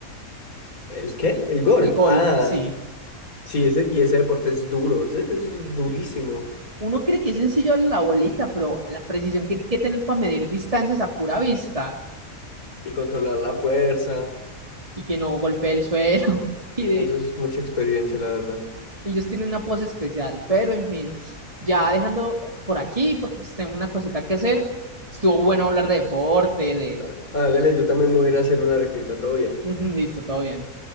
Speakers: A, on the left (about 90°); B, on the right (about 25°).
A: ¿El qué? El golf.
B: El golf,
A: Ah,
B: sí.
A: sí, ese, y ese deporte es duro, ese ese es durísimo.
B: uno cree que es sencillo la bolita, pero la precisión que hay que tener para medir distancias a pura vista
A: Y controlar la fuerza.
B: y que no golpee el suelo. <laughs> Y de,
A: Eso es mucha experiencia, la verdad.
B: ellos tienen una pose especial, pero en fin, ya dejando por aquí, porque pues tengo una cosita que hacer, estuvo bueno hablar de deporte, de,
A: Ah,
B: de-
A: Hágale, yo también me voy a ir a hacer una arepita, todo bien.
B: de- <laughs> Listo, todo bien.